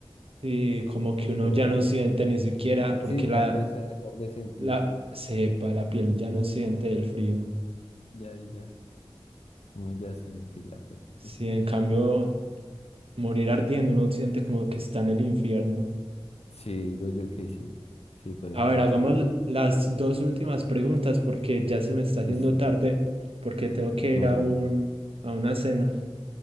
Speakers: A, on the right; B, on the left.
A: y como que uno
B: lo-
A: ya no siente ni siquiera, porque
B: sí,
A: la,
B: ya empieza a dejar de sentir,
A: la cepa, la piel ya no siente el frío.
B: ya y ya, uno ya sabe que ya fue.
A: Si
B: <laughs>
A: en cambio morir ardiendo uno siente como que está en el infierno.
B: Sí, digo yo que sí, sí, por
A: A
B: ese
A: ver,
B: lado
A: hagamos las dos últimas preguntas porque ya se me está haciendo
B: listo,
A: tarde,
B: bro,
A: porque tengo que
B: no,
A: ir a un, a una cena.